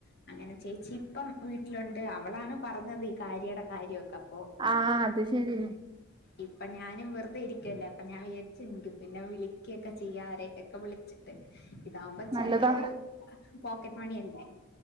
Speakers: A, on the left; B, on the right.
A: !!!!!!!!!!
B: ആഹ് അത് ശരി
A: ഇപ്പൊ ഞാനും വെറുതെ ഇരിക്കല്ലേ അപ്പ ഞാൻയച്ചുി പിന്നെ വിളിക്കുകൊക്കെ ചെയ്യാ ആരെയൊക്കെ ഒക്കെ വിളിച്ച് <unintelligible> ഇതാകുമ്പോ
B: നല്ലതാ
A: ചെറിയൊരു പോക്കറ്റ് മണിയല്ലെ